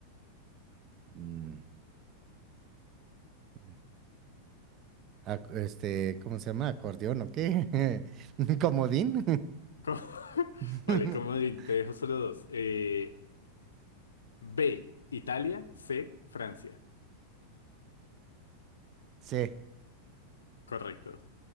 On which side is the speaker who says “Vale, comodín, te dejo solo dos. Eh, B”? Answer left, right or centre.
Left